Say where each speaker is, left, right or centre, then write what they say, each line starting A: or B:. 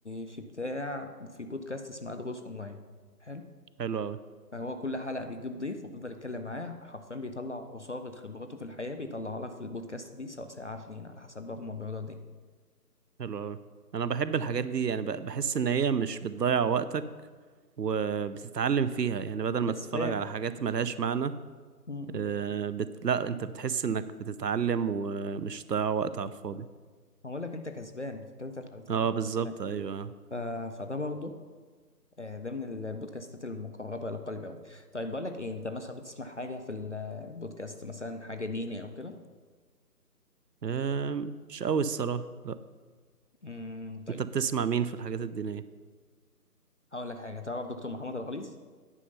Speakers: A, on the left; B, on the right.
A: في بتاع في بودكاست اسمه ادغوس اونلاين حلو
B: حلو أوي
A: فهو كل حلقه بيجيب ضيف وبيفضل يتكلم معاه حرفيا بيطلع عصاره خبراته في الحياه بيطلعها لك في البودكاست دي سواء ساعه اتنين على حسب بقى هما بيقعدوا قد ايه
B: حلو أوي أنا بحب الحاجات دي يعني ب- بحس إن هي مش بتضيع وقتك وبتتعلم فيها يعني بدل ما
A: كسبان
B: تتفرج على حاجات ملهاش معنى
A: م- م.
B: آه، بت... لا أنت بتحس إنك بتتعلم ومش ضيع وقت على الفاضي
A: هقول لك انت كسبان في كلتا الحالتين
B: اه
A: انت
B: بالظبط
A: كسبان
B: أيوه
A: ف... فده برضه آه، ده من ال- البودكاستات المقربة إلى قلبي أوي طيب بقول لك إيه أنت مثلا بتسمع حاجة في ال- البودكاست مثلا حاجة ديني أو كده
B: آم، مش أوي الصراحة لا
A: امم طيب
B: أنت بتسمع مين في الحاجات الدينية
A: هقول لك حاجة تعرف دكتور محمد الغليظ